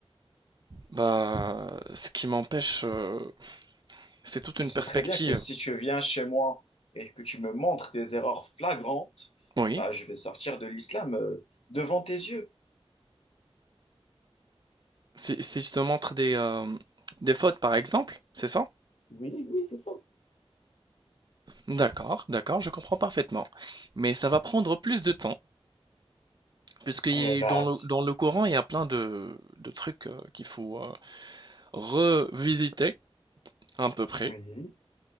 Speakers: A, on the right; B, on the left.
A: Bah, ce qui m'empêche, euh, c'est toute
B: Je
A: une
B: sais
A: perspective.
B: très bien que si tu viens chez moi et que tu me montres des erreurs flagrantes,
A: Oui.
B: bah, je vais sortir de l'islam euh, devant tes yeux.
A: Si, si je te montre des, euh, des fautes, par exemple, c'est ça?
B: Oui, oui, c'est ça.
A: D'accord, d'accord, je comprends parfaitement. Mais ça va prendre plus de temps, puisque y
B: Eh bah,
A: dans
B: c-
A: le, dans le courant, il y a plein de, de trucs euh, qu'il faut euh, revisiter, à peu près.
B: oui,